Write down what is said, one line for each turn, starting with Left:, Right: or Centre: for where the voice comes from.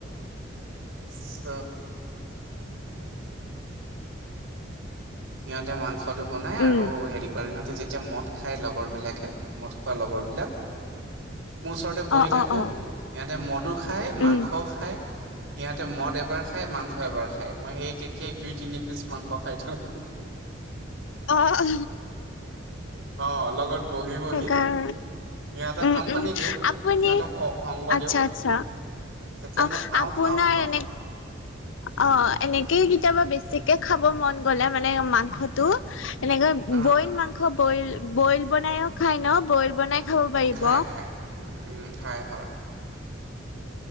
Right: চ' সিহঁতে মাংসটো বনাই আৰু
Left: উম,
Right: হেৰি কৰে সিহঁতে যেতিয়া মদ খাই লগৰ বিলাকে মদ খোৱা লগৰ বিলাক মোৰ ওচৰতে বহি
Left: অ',
Right: থাকো
Left: অ', অ',
Right: সিহঁতে মদু খায় মাংসও
Left: উম।
Right: খায় সিহঁতে মদ এবাৰ খাই মাংস এবাৰ খাই মই সেই তেতিয়াই দুই তিনি পিচ মাংস খাই দিওঁ
Left: অ অ
Right: অ লগত বহি বহি
Left: <unintelligible> সেইকাৰ
Right: সিহঁতক
Left: উম
Right: কোম্পানী
Left: উম
Right: দিওঁ
Left: আপুনি
Right: সিহঁতক সংগ
Left: আচ্ছা
Right: দিওঁ
Left: আচ্ছা।
Right: তেতিয়া
Left: অ
Right: মই খাওঁ
Left: আপোনাৰ
Right: খাওঁ খাওঁ
Left: এনে অ এনেকেই কেতিয়াবা বেছিকে খাব মন গলে মানে মাংসত এনেকে
Right: আহ
Left: বইল মাংস বইল বইল বনাইও খাই ন বইল বনাই খাব পাৰিব।
Right: খায় খায় উ হয় হয়।